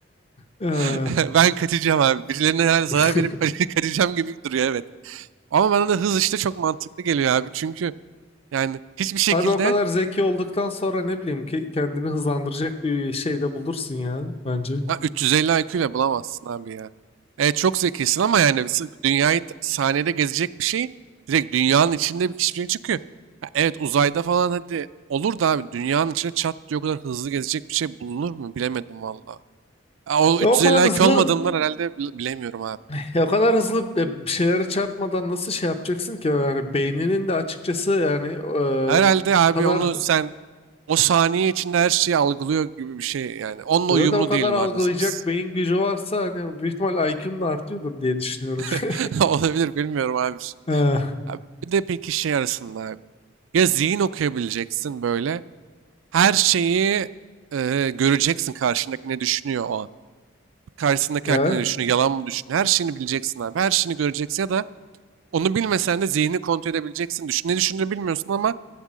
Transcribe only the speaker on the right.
<laughs> Ben kaçacağım abi. Birilerine herhalde zarar
verip kaç- <laughs> kaçacağım gibi duruyor evet. Ama bana da hız işte çok mantıklı geliyor abi. Çünkü yani hiçbir şekilde
Ya 350 IQ ile bulamazsın abi ya. Evet çok zekisin ama yani s- dünyayı t- saniyede gezecek bir şey direkt dünyanın içinde bir kişi çünkü ya evet uzayda falan hadi olur da abi dünyanın içine çat diye o kadar hızlı gezecek bir şey bulunur mu bilemedim valla. Ya O
350
IQ olmadığından herhalde bile- bilemiyorum abi.
Herhalde abi
onu sen o saniye içinde her şeyi algılıyor gibi bir şey yani. Onunla
uyumlu
diyelim
abi hızımız.
<laughs>
Olabilir bilmiyorum abi.
Abi bir de peki şey arasında abi. Ya zihin okuyabileceksin böyle. Her şeyi e, göreceksin karşındaki ne düşünüyor o an. Karşısındaki
hakkında ne düşünüyor, yalan mı düşünüyor. Her şeyini bileceksin abi. Her şeyini göreceksin ya da onu bilmesen de zihnini kontrol edebileceksin. Düşün, ne düşündüğünü bilmiyorsun ama